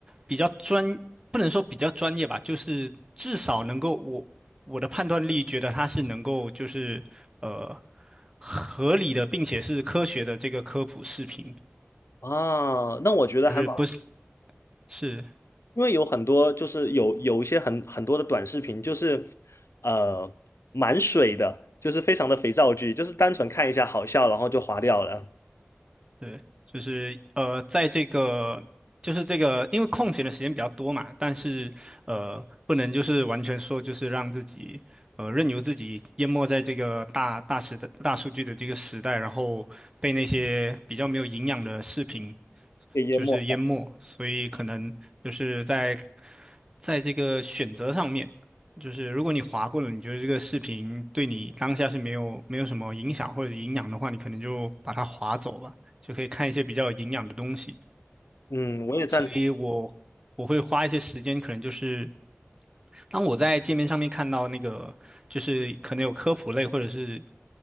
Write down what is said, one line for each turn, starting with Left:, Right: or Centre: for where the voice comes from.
Right: 比较专，不能说比较专业吧，就是至少能够我我的判断力觉得它是能够就是呃合理的，并且是科学的这个科普视频，
Left: 啊，那我觉得还蛮，
Right: 就是不是是
Left: 因为有很多就是有有一些很很多的短视频，就是呃蛮水的，就是非常的肥皂剧，就是单纯看一下好笑，然后就划掉了，
Right: 对，就是呃，在这个就是这个，因为空闲的时间比较多嘛，但是呃，不能就是完全说就是让自己呃任由自己淹没在这个大大时代大数据的这个时代，然后被那些比较没有营养的视频
Left: 被淹没。
Right: 就是淹没，所以可能就是在。在这个选择上面，就是如果你划过了，你觉得这个视频对你当下是没有没有什么影响或者营养的话，你可能就把它划走吧，就可以看一些比较有营养的东西。
Left: 嗯，我也赞同。
Right: 所以我我会花一些时间，可能就是当我在界面上面看到那个，就是可能有科普类，或者是